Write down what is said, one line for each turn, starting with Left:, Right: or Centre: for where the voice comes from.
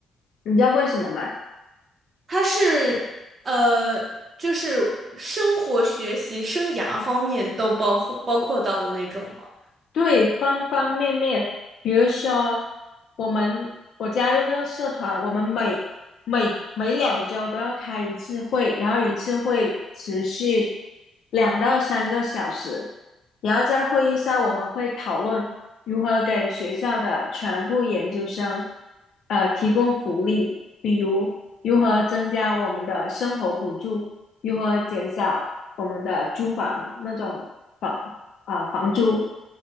Left: 你知道为什么吗？
Right: 它是呃就是生活、学习、生涯方面都包包括到的那种吗？
Left: 对，方方面面，比如说我们我加入那个社团，我们每每每两周都要开一次会，然后一次会持续两到三个小时，然后在会议上我们会讨论如何给学校的全部研究生呃提供福利，比如如何增加我们的生活补助，如何减少我们的租房那种。房。啊、呃房租，